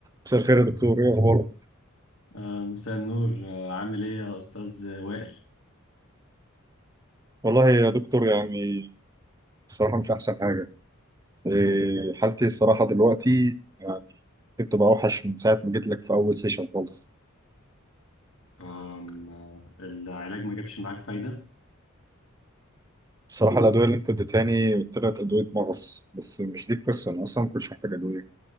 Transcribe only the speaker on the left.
آه، مساء النور آه، عامل ايه يا استاذ وائل
آم، آه، العلاج ما جابش معاك فايده